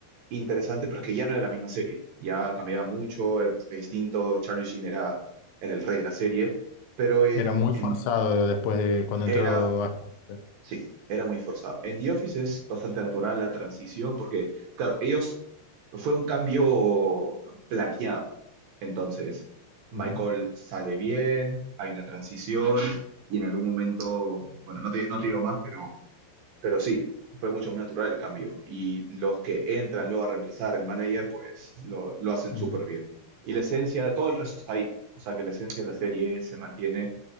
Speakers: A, on the right (about 65°); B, on the left (about 75°).
A: interesante, pero es que ya no era la misma serie. Ya cambiaba mucho, era un personaje distinto, Charlie Sheen era, era el rey de la serie, pero en,
B: Era muy
A: en-
B: forzado después de cuando
A: era
B: entró... Ashton Kutcher.
A: Sí, era muy forzado. En The Office es bastante natural la transición porque, claro, ellos fue un cambio planeado. Entonces, Michael
B: Ujú,
A: sale bien, hay una transición y en algún momento, bueno, no te, no te digo más, pero, pero sí, fue mucho más natural el cambio. Y los que entran luego a reemplazar el manager, pues lo, lo hacen
B: ujú.
A: súper bien. Y la esencia de todo el resto está ahí. O sea que la esencia de la serie se mantiene